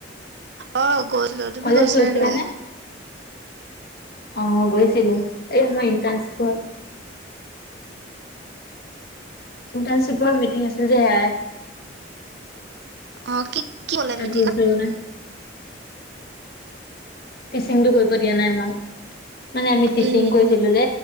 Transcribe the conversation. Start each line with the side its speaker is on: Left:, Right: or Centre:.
Right: অ' গৈছিলোঁ। তুমি
Left: কলেজ
Right: গৈছিলা
Left: গৈছিলানে
Right: নে নাই?
Left: অ' গৈছিলো। এই আমাৰ ইন্টাৰ্নশ্বিপৰ ইণ্টাৰ্ণশিপৰ মিটিং আছিল যে সেইয়াই।
Right: অ', কি কি ক'লে
Left: তাত
Right: মিতিঙত।
Left: গৈছিলো মানে টিচিংটো কৰিব দিয়া নাই আমাক। মানে আমি টিচিং
Right: উম
Left: কৰিছিলো যে